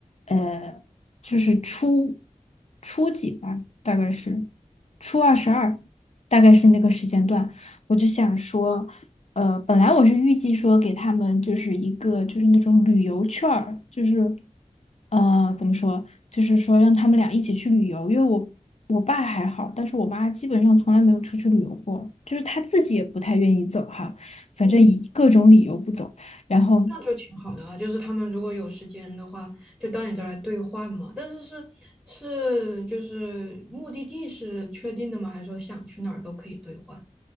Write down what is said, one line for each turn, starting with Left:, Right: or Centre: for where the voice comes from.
Left: 呃，就是初初几吧，大概是初二十二，大概是那个时间段。我就想说，呃，本来我是预计说给他们就是一个就是那种旅游券儿，就是，呃，怎么说，就是说让他们俩一起去旅游，因为我我爸还好，但是我妈基本上从来没有出去旅游过，就是她自己也不太愿意走哈，反正以各种理由不走。
Centre: 嗯，
Left: 然后
Centre: 这样就挺好的啊。就是他们如果有时间的话，就到你这儿来兑换嘛。但是是是就是目的地是确定的吗？还是说想去哪儿都可以兑换？